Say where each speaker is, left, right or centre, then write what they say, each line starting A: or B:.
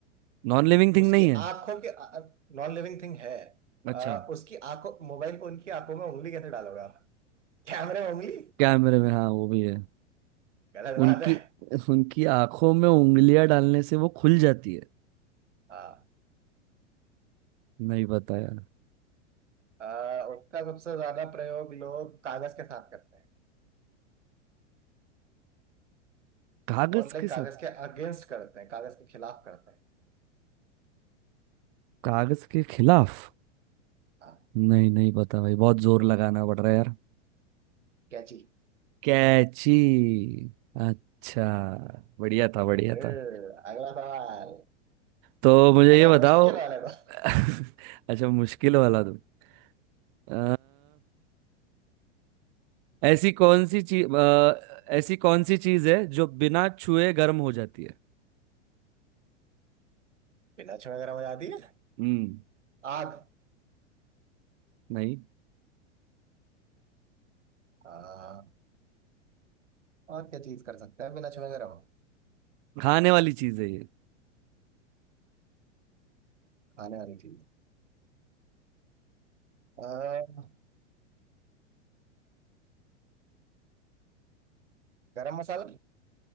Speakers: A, on the right; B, on the right.
A: Non living thing
B: उसकी
A: नहीं है
B: आंखों के नॉन लिविंग थिंग है
A: अच्छा
B: अ, उसकी आंखों मोबाइल फोन की आंखों में उंगली कैसे डालोगे आप कैमरे में उंगली
A: कैमरे में हाँ वो भी है
B: गलत बात
A: उनकी
B: है
A: उनकी आंखों में उंगलियां डालने से वो खुल जाती है
B: हाँ
A: नहीं पता यार
B: अ, उसका सबसे ज्यादा प्रयोग लोग कागज के साथ करते हैं
A: कागज
B: मोर लाइक
A: के
B: कागज
A: साथ
B: के अगेंस्ट करते हैं कागज के खिलाफ करते हैं
A: कागज के खिलाफ
B: हाँ
A: नहीं नहीं पता भाई बहुत जोर लगाना पड़ रहा है यार
B: कैची
A: कैची अच्छा बढ़िया था बढ़िया
B: ये फिर
A: था
B: अगला सवाल
A: तो मुझे
B: ऐसा
A: ये बताओ
B: मुश्किल वाले को
A: <laughs> अच्छा मुश्किल वाला तुम अ, ऐसी कौन सी चीज ऐसी कौन सी चीज है जो बिना छुए गर्म हो जाती है
B: बिना छुए गर्म हो जाती है
A: हम्म
B: आग
A: नहीं
B: हाँ और क्या चीज कर सकते हैं बिना छुए गर्म
A: खाने वाली चीज है ये
B: खाने वाली चीज अ, गरम मसाला